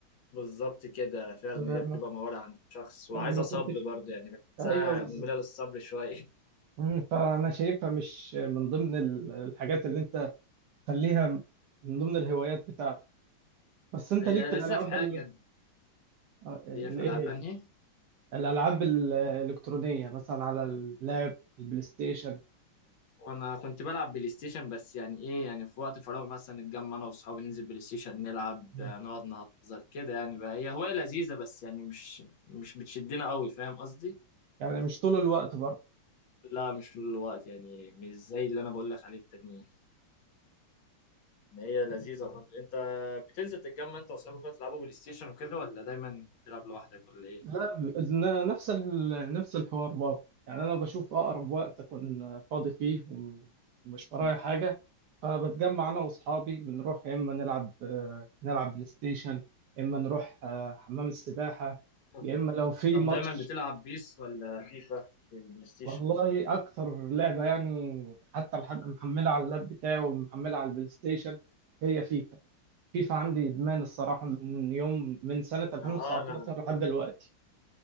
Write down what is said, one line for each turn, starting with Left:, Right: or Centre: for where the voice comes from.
Left: بالظبط كده فعلا
Right: ما
Left: هي بتبقى مهارة عند الشخص وعايزة
Right: أنا ما
Left: صبر
Right: كنتش
Left: برضه يعني بحسها
Right: ايوه بالظبط
Left: مملة للصبر شوية <laughs>
Right: مم، فانا شايفها مش من ضمن ال- الحاجات اللي انت خليها من ضمن الهوايات بتاعتك بس انت
Left: هي
Right: ليك في
Left: لذيذة
Right: الالعاب
Left: في حاجة
Right: ال- آه، ال-
Left: هي في
Right: ايه
Left: ألعاب
Right: هي
Left: أنهي
Right: الالعاب الالكترونيه مثلا على اللاب البلاي ستيشن
Left: وانا كنت بلعب بلاي ستيشن بس يعني ايه يعني في وقت فراغ مثلا نتجمع انا واصحابي ننزل بلاي ستيشن نلعب
Right: مم.
Left: آه، نقعد نهزر كده يعني بقى هي هواية لذيذة بس يعني مش مش بتشدنا قوي فاهم قصدي
Right: يعني مش طول الوقت برضه
Left: لا مش طول الوقت يعني مش زي اللي انا بقول لك عليه التانيين إن هي لذيذة برضه انت بتنزل تتجمع انت واصحابك كده تلعبوا بلاي ستيشن وكده ولا دايما بتلعب لوحدك ولا ايه
Right: لا ب- ن- نفس ال... نفس الحوار برضه يعني انا بشوف اقرب وقت اكون فاضي فيه وم- ومش ورايا
Left: مم.
Right: حاجه فبتجمع انا واصحابي بنروح يا اما نلعب آه، نلعب بلاي ستيشن يا اما نروح آه، حمام السباحه
Left: طب
Right: يا اما لو في
Left: طب
Right: ماتش
Left: دايما بتلعب بيس ولا فيفا في البلاي ستيشن
Right: والله اكتر لعبه يعني حتى لحد محملها على اللاب بتاعي ومحملها على البلاي ستيشن هي فيفا فيفا عندي ادمان الصراحه من يوم من سنه 2019
Left: اه انا
Right: لحد دلوقتي